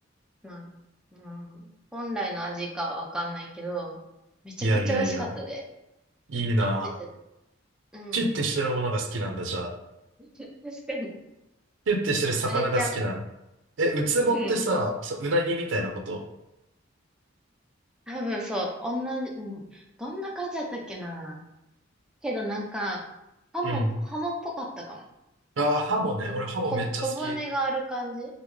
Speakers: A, in the centre; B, on the right.
A: まあ、うん、本来の味かはわかんないけど、めちゃくちゃ美味しかったで。
B: いやいやいや。いいなぁ。
A: キュッてしてた。うん。
B: キュッてしてるものが好きなんだ、じゃあ。
A: <laughs> 確かに。
B: キュッてしてる魚が好きなの。
A: あれちゃう。
B: え、うつぼってさ、
A: うん。
B: そう、うなぎみたいなこと
A: 多分そう。同じ、うん。どんな感じだったっけな。けどなんか、ハモ、
B: うん。
A: ハモっぽかったかも。
B: ああ、ハモね。
A: うん。
B: 俺ハモめっちゃ好き。
A: こ、小骨がある感じ